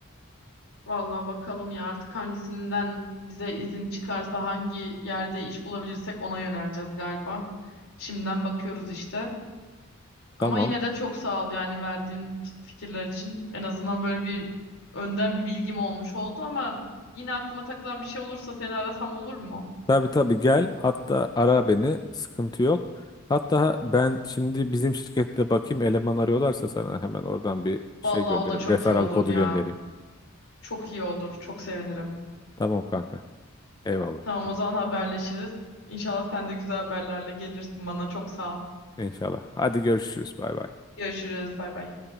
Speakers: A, on the left; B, on the left.
A: Vallahi bakalım ya artık hangisinden bize izin çıkarsa hangi yerde iş bulabilirsek ona yöneleceğiz galiba. Şimdiden bakıyoruz işte. Ama
B: Tamam.
A: yine de çok sağ ol yani verdiğin fikirler için. En azından böyle bir önden bir bilgim olmuş oldu ama yine aklıma takılan bir şey olursa seni arasam olur mu?
B: Tabii tabii gel. Hatta ara beni. Sıkıntı yok. Hatta ben şimdi bizim şirkette bakayım eleman arıyorlarsa sana hemen oradan bir şey
A: Vallahi
B: göndereyim.
A: o da çok
B: Referral
A: iyi olur
B: kodu
A: ya.
B: göndereyim.
A: Çok iyi olur. Çok sevinirim.
B: Tamam kanka. Eyvallah.
A: Tamam o zaman haberleşiriz. İnşallah sen de güzel haberlerle gelirsin bana. Çok sağ ol.
B: İnşallah. Hadi görüşürüz. Bay bay.
A: Görüşürüz. Bay bay.